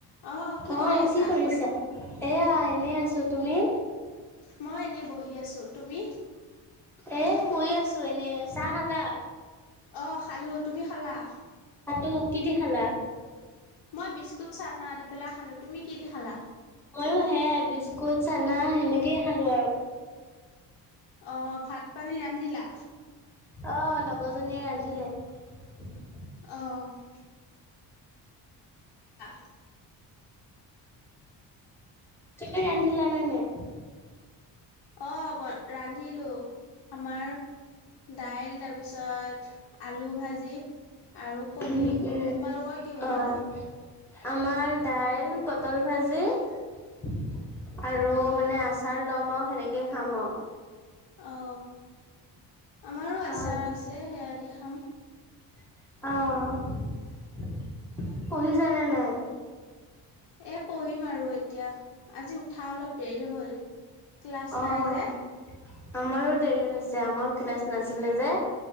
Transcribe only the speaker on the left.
অঁ কৰি
আছা?
মই এনে বহি আছোঁ। তুমি?
অহ, খালোঁ। তুমি খালা?
মই বিস্কুট চানা দি পেলাই খালো। তুমি কি দি খালা?
অহ, ভাত- পানী ৰান্ধিলা?
অহ', আ
অহ, ৰান্ধিলো আমাৰ দাইল তাৰপিছত আলু ভাজি আৰু কণী
তোমালোকৰ কি বনালা?
অঁ
অহ', আমাৰো আচাৰ
আছে সেয়া দি খাম।
এ' পঢ়িম আৰু এতিয়া আজি উঠা অলপ দেৰি হ'ল। ক্লাছ
নাই যে।